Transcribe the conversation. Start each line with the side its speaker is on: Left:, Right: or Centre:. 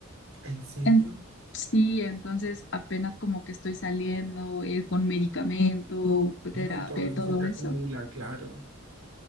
Right: ¿En serio?
Left: En- sí, entonces apenas como que estoy saliendo eh, con medicamento, terapia,
Right: No, y todo
Left: y
Right: eso
Left: todo
Right: se te
Left: eso.
Right: acumula, claro.